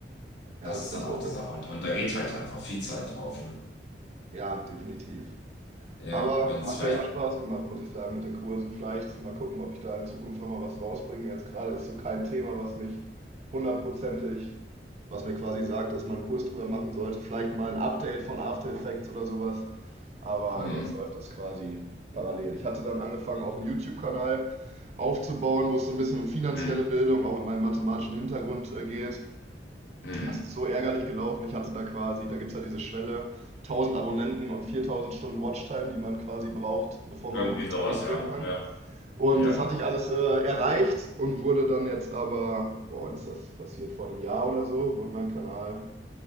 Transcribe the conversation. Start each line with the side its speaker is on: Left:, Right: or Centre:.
Right: ja,
Left: Das
Right: gut,
Left: ist
Right: das,
Left: dann
Right: das,
Left: auch die Sache. Und, und da geht halt einfach viel Zeit drauf, ne?
Right: ja, definitiv.
Left: Ja,
Right: Aber
Left: wenn es
Right: hat
Left: vielleicht.
Right: mir immer Spaß gemacht, muss ich sagen, mit den Kursen. Vielleicht mal gucken, ob ich da in Zukunft nochmal was rausbringe. Jetzt gerade ist so kein Thema, was mich hundertprozentig, was mir quasi sagt, dass man einen Kurs drüber machen sollte. Vielleicht mal ein Update von After Effects oder sowas. Aber
Left: Mm,
Right: jetzt läuft das quasi parallel. Ich hatte dann angefangen, auch einen YouTube-Kanal aufzubauen, wo es so ein bisschen um finanzielle
Left: mm,
Right: Bildung, auch mit meinem mathematischen Hintergrund äh, geht.
Left: mm.
Right: Das ist so ärgerlich gelaufen. Ich hatte da quasi, da gibt es ja diese Schwelle, 1000 Abonnenten und 4000 Stunden Watchtime, die man quasi braucht, bevor man
Left: Irgendwie
Right: monetarisieren
Left: sowas, ja.
Right: kann.
Left: Ja,
Right: Und
Left: ja,
Right: das hatte ich alles äh, erreicht und wurde dann jetzt aber, boah, wann ist das passiert? Vor einem Jahr oder so, wurde mein Kanal